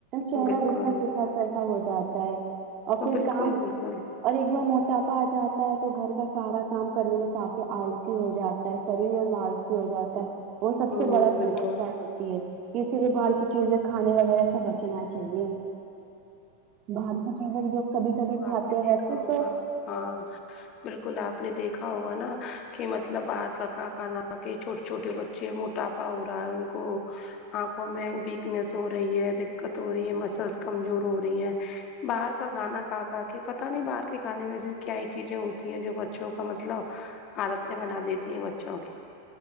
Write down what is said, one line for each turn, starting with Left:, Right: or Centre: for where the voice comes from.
Right: چہرہ
Left: بالکل
Right: روکھا سکھا س ایسا ہو جاتا ہے اور کوئی
Left: بالکل
Right: کام
Left: بالکل
Right: اور ایک بار موٹاپا آ جاتا ہے تو گھر کا سارا کام کرنے میں کافی السی ہو جاتا ہے شریر اور التی ہو جاتا ہے وہ سب
Left: ہ
Right: سے بڑا سمار
Left: بالکل
Right: ہوتا ہے اسی لیے باہر کی چیزیں کھانے وغیرہ سے بچنا چاہیے باہر کو چیزیں میں جو کبھی کبھی
Left: تو
Right: کھاتے
Left: اپ نے
Right: ہیں
Left: دیکھا
Right: ویسے
Left: ہوگا
Right: تو
Left: ہاں بالکل اپ نے دیکھا ہوگا نا کہ مطلب باہر کا کانا کھا کے چھوٹے چھوٹے بچے اچے موٹاپا ہو رہا ان کو انکھوں میں ویکنیس ہو رہی ہے دقت ہو رہی ہے مسلس کمزور ہو رہی ہیں باہر کا کھانا کے پتا نہیں باہر کے کھانے میں ایسی کیا ہی چیزیں ہوتی ہیں جو بچوں کا مطلب عادتیں بنا دیتی ہیں بچوں کی